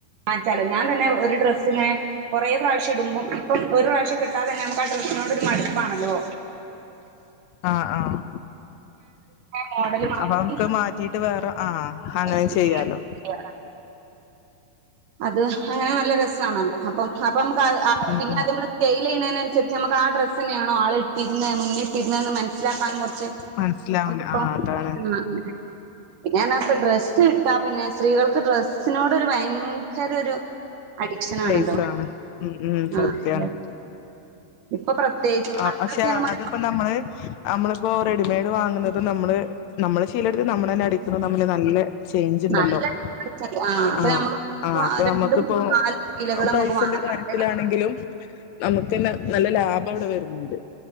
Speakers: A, on the right (about 65°); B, on the left (about 80°).
A: മാറ്റാലോ ഞാൻ തന്നെ ഒരു ഡ്രസ്സിങ്ങനെ കൊറെ പ്രാവശ്യം ഇടുമ്പോം ഇപ്പൊ ഒരു പ്രാവശ്യെ ട്ടാ തന്നെ നമ്മക്ക് ആ ഡ്രസ്സിനോട് ഒരു മട്പ്പാണല്ലോ
B: ആഹ് ആഹ്
A: മോഡൽ മാറ്റി
B: അപ്പം നമ്മക് മാറ്റ വെട്ടീട്ട് വേറെ ആഹ് അങ്ങനെ
A: ചെയ്യാറുണ്ട്
B: ചെയ്യാലോ
A: അത് അങ്ങനെ നല്ല രസാണല്ലോ അപ്പം അപ്പ നമുക്ക് ആ
B: ഉം
A: പിന്നെ
B: ഉം
A: നമ്മള്. സെയില് ചെയ്യുന്നതിനനുസരിച്ച് നമുക്ക് ആ ഡ്രസ് തന്നെയാണോ ആൾ ഇട്ടിരുന്നത് മുന്നിട്ടിരുന്നതെന്ന് മനസ്സിലാക്കാനും കുറച്ച്.
B: മനസ്സിലാവൂല
A: അപ്പപ്പോ
B: ആഹ് അതാണ്
A: പിന്നെന്ന് പറഞ്ഞ ഡ്രസ്സ് ഇട്ടാ പിന്നെ സ്ത്രീകൾക്ക് ഡ്രസ്സിനോട് ഒരു ഭയങ്കര. <unintelligible> അഡിക്ഷൻ
B: പൈസ
A: ആണല്ലോ
B: വാണം ഉ ഉം
A: ആ
B: സത്യാണ്.
A: അതെ. ഇപ്പൊ പ്രത്യേകിച്ചും
B: ആഹ്
A: പണ്ടൊക്കെന്ന്
B: പക്ഷെ
A: പറയുമ്പോ
B: അതിപ്പോ നമ്മള് നമ്മളിപ്പോ റെഡിമെയ്ഡ് വാങ്ങുന്നത് നമ്മള് നമ്മള്. ശീലടുത്ത് നമ്മള് തന്നെ അടിക്കുന്നത് നമ്മില് നല്ല ചേഞ്ച് ഉണ്ടല്ലോ?
A: നല്ല ഉണ്ട്. ആ
B: ആഹ്
A: അപ്പൊ നമ്മള്
B: ആഹ അപ്പൊ
A: രണ്ടും
B: നമ്മക്കിപ്പോ.
A: നാല് കിലകൾ നമുക്ക്
B: പൈസന്റെ
A: വാങ്ങാം
B: കാര്യത്തിലാണെങ്കിലും
A: ആ അതെ
B: നമുക്ക് തന്നെ നല്ല ലാഭം ഇവിടെ വരുന്നുണ്ട്.